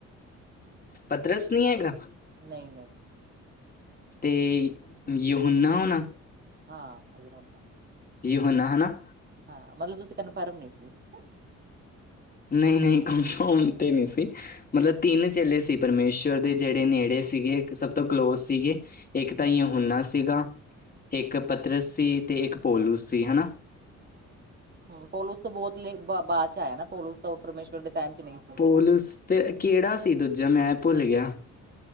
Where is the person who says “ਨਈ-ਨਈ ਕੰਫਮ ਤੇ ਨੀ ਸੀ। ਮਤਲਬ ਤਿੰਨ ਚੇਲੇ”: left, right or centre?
Left